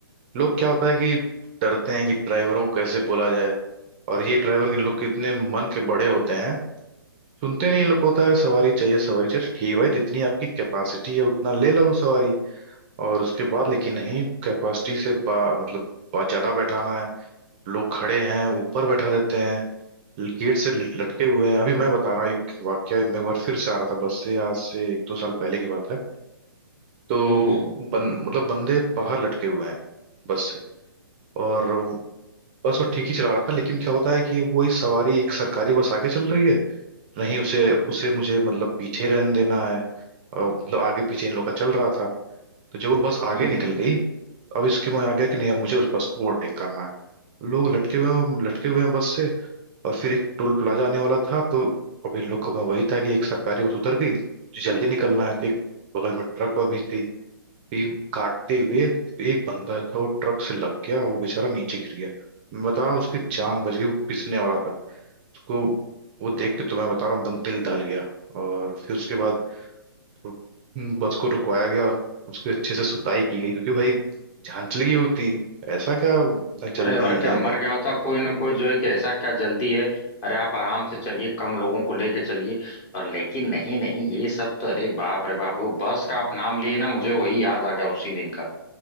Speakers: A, on the right; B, on the left.
A: लोग क्या होता है कि डरते हैं कि ड्राइवरों को कैसे बोला जाए और ये ड्राइवर इन लोग कितने मन के बड़े होते हैं सुनते नहीं इन लोग को होता है सवारी चाहिए सवारी चाहिए ठीक है भाई जितनी आपकी कैपेसिटी है उतना ले लो सवारी और उसके बाद लेकिन नहीं कैपेसिटी से बा, मतलब बहुत ज्यादा बैठाना है लोग खड़े हैं ऊपर बैठा देते हैं गेट से लट- लटके हुए हैं अभी मैं बता रहा हूँ एक वाकया मैं एक बार फिर से आ रहा था बस से आज से एक दो साल पहले की बात है तो
B: हम्म
A: बन, मतलब बंदे बाहर लटके हुए हैं बस से और बस वो ठीक ही चला रहा था लेकिन क्या होता है कि वो ये सवारी एक सरकारी बस आगे चल रही है नहीं उसे उसे मुझे मतलब पीछे रहने देना है और मतलब आगे पीछे इन लोग का चल रहा था तो जब वो बस आगे
B: हम्म
A: निकल
B: हम्म।
A: गई तो अब इसके मैं आ गया कि नहीं अब मुझे उस बस को ओवरटेक करना है लोग लटके हुए हैं लटके हुए हैं बस से और फिर एक टोल प्लाजा आने वाला था तो अभी लोग को मैं वही था कि एक सरकारी बस उतर गई मुझे जल्दी निकलना है तो एक बगल में ट्रक और भी थी एक काटते हुए तो एक बंदा था वो ट्रक से लग गया वो बेचारा नीचे गिर गया मैं बता रहा हूँ उसकी जान बच गई वो पिसने वाला था उसको वो देख के तो मैं बता रहा हूँ एकदम दिल दहल गया और फिर उसके बाद तो बस को रुकवाया गया उसकी अच्छे से सुताई की गई क्योंकि भाई जान चली गई होती ऐसा क्या जल्दी
B: अरे और क्या
A: आ
B: मर
A: गया
B: गया होता कोई ना कोई जो है कि ऐसा क्या जल्दी है अरे आप आराम से चलिए कम लोगों को लेके चलिए और लेकिन नहीं नहीं ये सब तो अरे बाप रे बाप वो बस का आप नाम लिए ना मुझे वही याद आ गया उसी दिन का